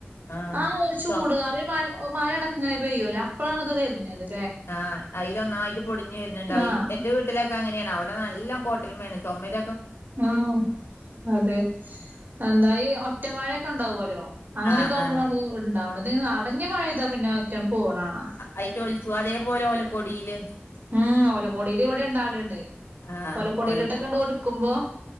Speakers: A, on the left; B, on the right.
A: ആഹ്
B: ആ.. ചൂടുകാല്
A: ചൊ
B: മഴ അടക്ക ഇങ്ങനെ പെയ്യൂല്ലേ അപ്പയാണത് വരണത്..
A: ആഹ് അതിൽ ഒന്നായിട്ട് പൊടിഞ്ഞഞ് വരുന്നുണ്ടാവും
B: ആഹ്
A: എന്റെ വീട്ടിലെ.. അങ്ങനെയാണ് അവിടെ നല്ല കോട്ടല വേണ് ചുമര
B: ആ അതെ എന്തായായി ഒറ്റ മഴൊക്കെ ഉണ്ടാവുമലോ.. അങ്ങനെയൊക്കെ
A: ആഹ്
B: ആവുമ്പോളാണ്
A: ആഹ്
B: ഉണ്ടാവണത് ഇത് അടഞ്ഞ മഴപെയ്ത പിന്നെ ഒറ്റ പോണേണം
A: ആയിട്ട ഒലിച്ചു അതേപോലെ ലെ കൊടിയില്
B: ഉം ഓലക്കോടിൽ ഇവിടെ ഉണ്ടാവലുണ്ട്..
A: ആഹ്
B: പോല പൊടികിട്ടൊക്കെണ്ട്
A: ഓലക്കൊടി
B: കൊടുക്കുമ്പോ